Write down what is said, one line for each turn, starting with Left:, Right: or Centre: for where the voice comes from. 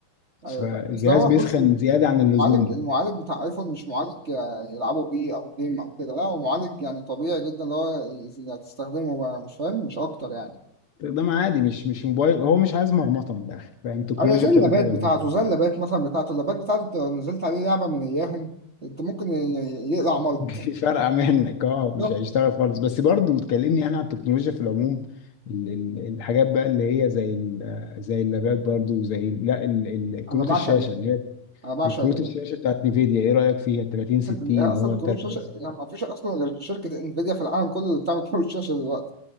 Right: ايوه
Left: فالجهاز
Right: فاهم. بس هو
Left: بيسخن
Right: بص
Left: زياده عن اللزوم
Right: المعالج المعالج بتاع ايفون مش معالج آه، يلعبوا بيه او جيم او كده لا هو معالج يعني طبيعي جدا اللي هو يعني تستخدمه بقى مش فاهم مش اكتر يعني
Left: ده عادي مش مش موبايل هو مش عايز مرمطه من الاخر فاهم التكنولوجيا
Right: او زي اللابات
Left: بتاعته كده
Right: بتاعته زي اللابات مثلا بتاعته اللابات بتاعته انت لو نزلت عليه لعبه من اياهم انت ممكن ي- ي- يقلع ملط
Left: <laughs> فرقع منك اه مش
Right: بالظبط.
Left: هيشتغل خالص بس برضه تكلمني يعني عن التكنولوجيا في العموم ال- ال- الحاجات بقى اللي هي زي ال- آه، زي اللابات برضه وزي لا ال- ال- كروت
Right: انا بعشق
Left: الشاشه
Right: اللابات
Left: اللي هي
Right: انا بعشق
Left: وكروت
Right: اللابات
Left: الشاشه بتاعت نيفيديا ايه رايك فيها 30 60
Right: هي اصلا
Left: هو 30
Right: كروت شاشه
Left: 60
Right: يعني ما فيش اصلا غير شركه انفيديا في العالم كله اللي بتعمل كروت شاشه دلوقتي